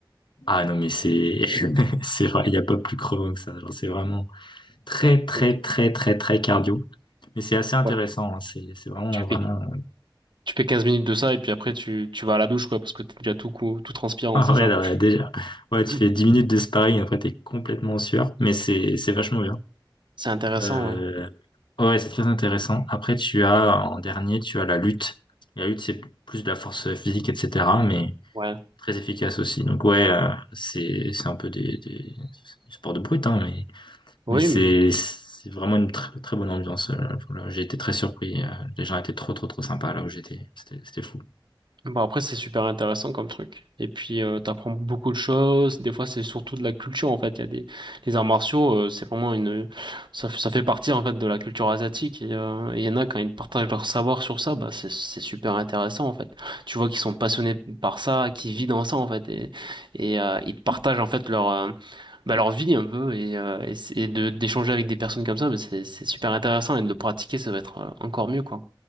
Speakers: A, on the left; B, on the right.
A: Ah non, mais c'est <laughs> c'est vrai, il n'y a pas plus crevant que ça. Genre, c'est vraiment très, très,
B: Ok.
A: très, très, très cardio. Mais c'est assez intéressant.
B: Ouais.
A: hein. C'est c'est vraiment,
B: Tu
A: vraiment.
B: fais,
A: <laughs>
B: tu fais 15 minutes de ça et puis après, tu, tu vas à la douche, quoi, parce que t'es déjà tout, cou- tout transpirant,
A: Ah
B: c'est
A: ouais,
B: ça?
A: non,
B: <clears throat>
A: ouais, déjà. Ouais, tu
B: <laughs>
A: fais 10 minutes de sparring, après, t'es complètement sûr. Mais c'est c'est vachement bien.
B: C'est intéressant,
A: Euh,
B: ouais.
A: Ouais, c'est très intéressant. Après, tu as, en dernier, tu as la lutte. La lutte, c'est plus de la force physique, etc., mais
B: Ouais.
A: très efficace aussi. Donc ouais, euh, c'est c'est un peu des, des sports de brute, hein, mais
B: Oui,
A: Mais c'est
B: mais.
A: c'est vraiment une très, très bonne ambiance. euh, voilà, J'ai été très surpris. euh, Les gens étaient trop, trop, trop sympas là où j'étais. C'était c'était fou.
B: Bon, après, c'est super intéressant comme truc. Et puis, euh, t'apprends beaucoup de choses. Des fois, c'est surtout de la culture, en fait. Il y a des, les arts martiaux, euh, c'est vraiment une, ça, ça fait partie, en fait, de la culture asiatique. Et, euh, et il y en a, quand ils partagent leur savoir sur ça, bah, c'est, c'est super intéressant, en fait. Tu vois qu'ils sont passionnés par ça, qu'ils vivent dans ça, en fait. Et, et euh, ils partagent, en fait, leur, euh, bah, leur vie, un peu. Et, euh, et, c'est- et de, d'échanger avec des personnes comme ça, bah, c'est, c'est super intéressant. Et de le pratiquer, ça va être euh, encore mieux, quoi.